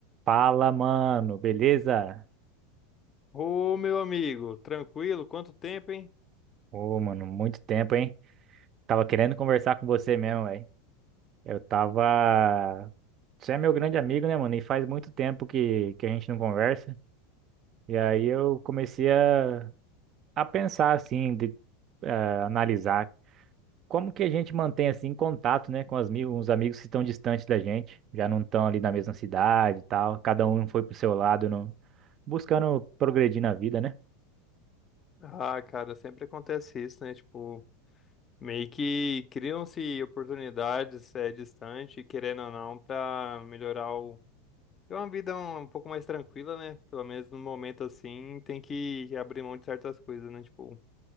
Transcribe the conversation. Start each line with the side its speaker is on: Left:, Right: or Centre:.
Right: Fala, mano, beleza?
Left: Ô, meu amigo, tranquilo? Quanto tempo, hein?
Right: Ô, mano, muito tempo, hein? Tava querendo conversar com você mesmo, velho. Eu tava. Você é meu grande amigo, né, mano? E faz muito tempo que, que a gente não conversa. E aí eu comecei a, a pensar, assim, de eh, analisar como que a gente mantém, assim, contato, né, com as, mi- os amigos que estão distantes da gente, já não estão ali na mesma cidade e tal, cada um foi pro seu lado, não... buscando progredir na vida, né?
Left: Ah, cara, sempre acontece isso, né? Tipo, meio que criam-se oportunidades é, distante, querendo ou não, pra melhorar o. Ter uma vida um, um pouco mais tranquila, né? Pelo menos no momento assim, tem que abrir mão de certas coisas, né? Tipo,